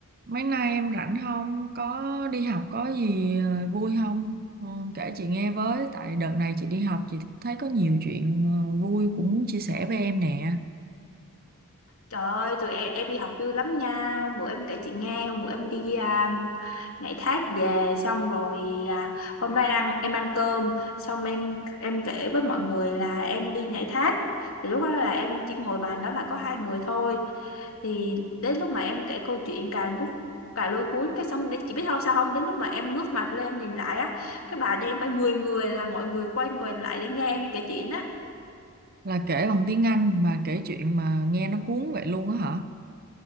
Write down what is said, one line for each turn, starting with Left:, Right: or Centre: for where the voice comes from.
Right: Mấy nay em rảnh không? Có đi học có gì ờ, vui không? Ờ, kể chị nghe với, tại đợt này chị đi học chị thấy có nhiều chuyện ờ, vui cũng muốn chia sẻ với em nè.
Left: Trời ơi, tụi em, em đi học vui lắm nha. Hôm bữa em kể chị nghe, hôm bữa em đi à, nhảy thác về xong rồi à, hôm đó ăn em ăn cơm xong em em kể với mọi người là em đi nhảy thác. Thì lúc đó là em chỉ ngồi bàn đó là có hai người thôi. Thì đến lúc mà em kể câu chuyện càng cuốn càng lôi cuốn cái xong đến chị biết không sao không đến lúc mà em ngước mặt lên em nhìn lại á cái bàn em phải mười người là mọi người quay quần lại để nghe em kể chuyện á
Right: Là kể bằng tiếng Anh mà kể chuyện mà nghe nó cuốn vậy luôn á hả?